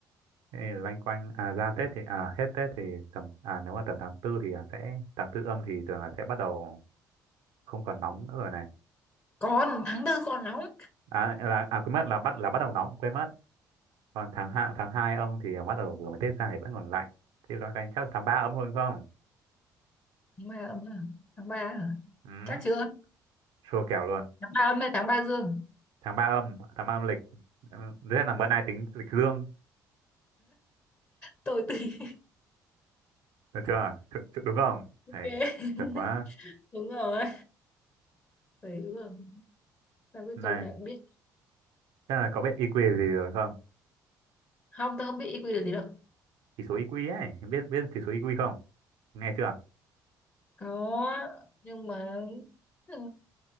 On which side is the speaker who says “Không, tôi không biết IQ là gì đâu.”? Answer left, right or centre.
Left